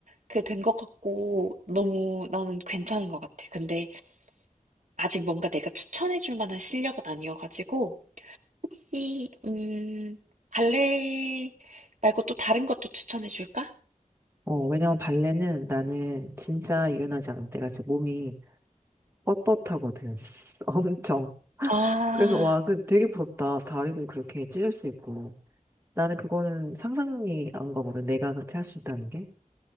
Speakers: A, on the right; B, on the right.
A: 그 된 것 같고, 너무 나는 괜찮은 것 같아. 근데 아직 뭔가 내가 추천해줄 만한 실력은 아니어가지고, 혹시 음 발레 말고 또 다른 것도 추천해 줄까?
B: 어, 왜냐면 발레는 나는 진짜 유연하지 않아. 내가 진짜 몸이 뻣뻣하거든. <laughs> 엄청.
A: 아
B: 그래서 와, 그 되게 부럽다. 다리도 그렇게 찢을 수 있고. 나는 그거는 상상이 안 가거든. 내가 그렇게 할 수 있다는 게.